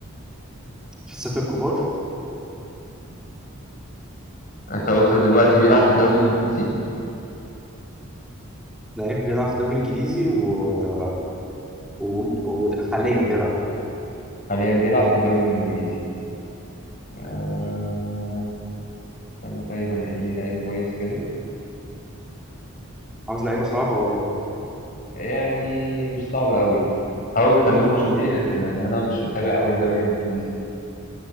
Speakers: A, in the centre; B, on the left.
A: في الستة الكبار
B: انت قلت دلوقتي بيلعب في الدوري الانجليزي
A: لعيب بيلعب في الدوري الانجليزي و... و... وحاليا بيلعب
B: حاليا بيلعب في الدوري الانجليزي آه... استنى طيب انا إيه لي لعيب كويس كده
A: عاوز لعيبه صعبه ولا
B: يعني مش صعب قوي حاول تخليهم مشهورين ان إن انا مش متابع قوي الدوري الانجليزي